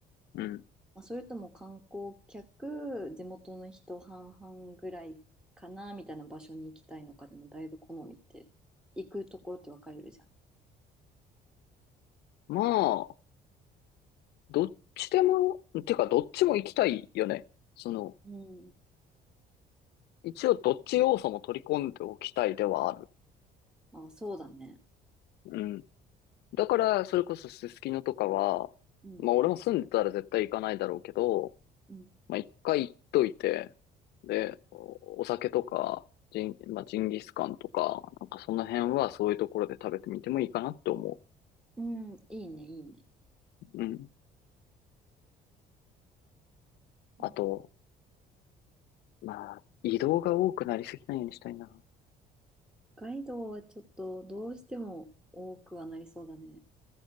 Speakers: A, on the left; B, in the centre.
A: うん。
B: まあ、それとも観光客、地元の人半々ぐらいかな、みたいな場所に行きたいのかでもだいぶ好みって、行くところって分かれるじゃん。
A: まあ、どっちでも、てかどっちも行きたいよね。その、
B: うん。
A: 一応どっち要素も取り込んでおきたいではある。
B: あ、そうだね。
A: うん。だから、それこそすすきのとかは、
B: うん。
A: まあ俺も住んでたら絶対行かないだろうけど、
B: うん
A: まあ一回行っといて、で、お、お酒とか、ジン、まあジンギスカンとか、なんかその辺はそういうところで食べてみてもいいかなって思
B: うん、いいね、いいね。
A: う。うん。
B: うん
A: あと、まあ、移動が多くなりすぎないようにしたいな。
B: 北海道はちょっとどうしても多くはなりそうだね。